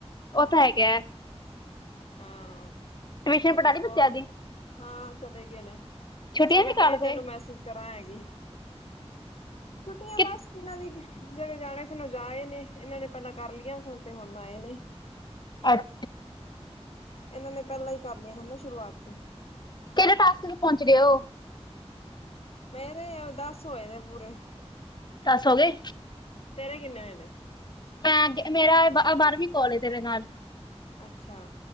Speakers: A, on the left; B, on the left.
A: ਪਤਾ ਹੈਗਾਐ।
B: ਹਾਂ।
A: ਟਿਊਸ਼ਨ ਪੜਾ ਲਈ ਬੱਚਿਆਂ
B: ਹੋ
A: ਦੀ
B: ਹਾਂ ਚਲੇ ਗਏ ਨੇਮੈਂ
A: ਛੁੱਟੀਆਂ
B: ਕਿਹਾ
A: ਵੀ ਕਰਦੇ
B: ਤਾਂ ਹੀ ਤੈਨੂੰ ਮੈਸੇਜ ਕਰਾਂ ਹੈਗੀ। ਛੁੱਟੀਆਂ
A: ਕਿ
B: ਬਸ ਜਿਨਾਂ ਦੀ ਜਿਹੜੇ ਜਾਣੇ ਸਨ ਓ ਜਾ ਆਏ ਨੇ, ਇਹਨਾਂ ਨੇ ਪਹਿਲਾਂ ਕਰ ਲੀਆਂ, ਸਾਨੂੰ ਤੇ ਹੁਣ ਆਏ ਨੇ।
A: ਅੱਛਾ।
B: ਇਹਨਾਂ ਨੇ ਪਹਿਲਾਂ ਹੀ ਕਰ ਲਈਆਂ ਹਨ ਸ਼ੁਰੂਆਤ ਚ।
A: ਕਿਹੜੇ ਟਾਸਕ ਚ ਪਹੁੰਚ ਗਏ ਓ?
B: ਮੇਰੇ ਦਸ ਹੋਏ ਨੇ ਪੂਰੇ।
A: ਦਸ ਹੋ ਗਏ।
B: ਤੇਰੇ ਕਿੰਨੇ ਹੋਏ ਨੇ?
A: ਮੈਂ ਅ ਮੇਰਾ ਬਾਰਵੀਂ ਕੋਲ ਏ ਤੇਰੇ ਨਾਲ।
B: ਅੱਛਾ।